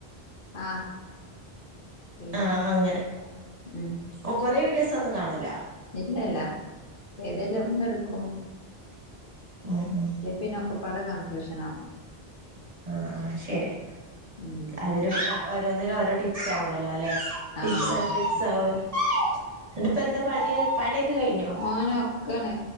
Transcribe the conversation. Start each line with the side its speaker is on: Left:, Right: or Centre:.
Left: ആഹ് വീഡിയോ
Right: ആഹ് അങ്ങനെ
Left: ഉം
Right: കൊ കൊറേ വീഡിയോസ് ഒന്നും കാണൂല
Left: ഇല്ലല്ല ഏതേലും ഒന്ന്എടുക്കും
Right: ആഹ് ആഹ്
Left: പിന്നെക്കെപാടെ കൺഫ്യൂഷനാ
Right: ആഹ് ആഹ് ശരിയാ
Left: ഉം
Right: അതില് ഓരോന്നില് ഓരോ ടി- പ്സാവോല അല്ലേ ടിപ്സ്
Left: ആഹ്
Right: ആൻ ട്രിക്സ് ആവോല്ലോ ഇങ്ങട്ട്പ്പെന്താ പണി പണിയൊക്കെ കഴിഞ്ഞൊ
Left: ഓന് ഉറക്കാണ്